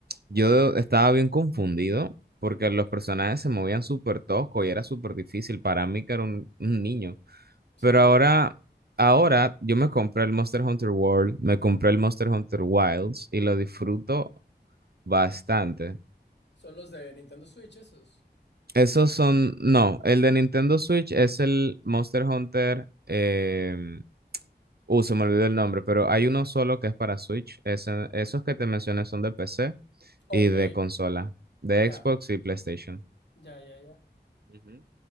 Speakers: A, on the right (about 65°); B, on the left (about 75°).
A: yo estaba bien confundido porque los personajes se movían súper tosco y era súper difícil para mí que era un, un niño.
B: Sí.
A: Pero ahora, ahora yo me compré el Monster Hunter World, me compré el Monster Hunter Wilds y lo disfruto bastante.
B: Son los de Nintendo Switch esos.
A: Esos son, no, el de Nintendo Switch es el Monster Hunter. em, uh, se me olvidó el nombre, pero hay uno solo que es para Switch. Ese- esos que te mencioné son de PC
B: Ok.
A: y de consola, de
B: Ya,
A: Xbox y PlayStation.
B: ya, ya, ya.
A: Ujú.